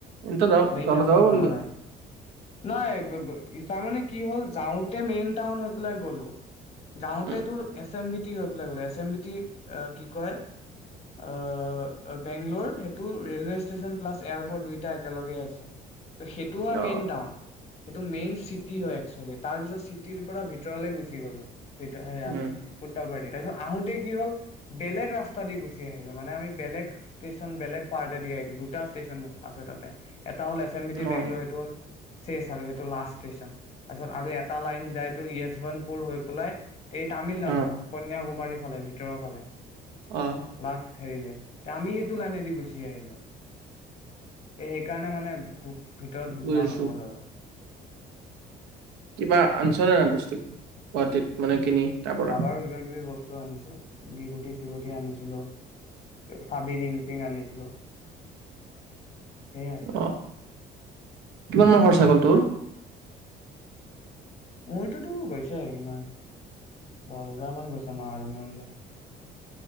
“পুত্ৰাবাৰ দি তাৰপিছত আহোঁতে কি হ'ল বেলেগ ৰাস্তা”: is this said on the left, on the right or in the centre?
Left